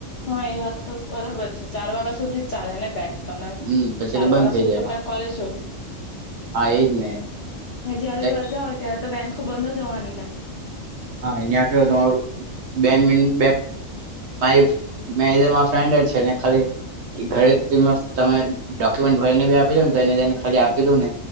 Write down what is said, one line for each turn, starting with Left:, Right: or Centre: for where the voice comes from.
Left: હા એ વાત તો બરાબર છે. ચાર વાગ્યા સુધી ચાલેને બેંક. ત
Right: હમ પછી
Left: ચાર
Right: તો
Left: વાગ્યા
Right: બંધ થઇ
Left: સુધી
Right: જાય
Left: તો મારા કોલેજ હોય.
Right: હા એજ ને
Left: જ્યારે
Right: એટલે
Left: રજા હોય ત્યારે તો બેંક બંધ જ હોવાની ને
Right: હા અહં કેવો તમારું બે મીન બે પા મે તમારો ફ્રેન્ડ જ છેને. ખાલી ઘરે તમે ડોક્યુમેન્ટ ભરીને બી આપીજોને તો એનેને ખાલી આપી દો ને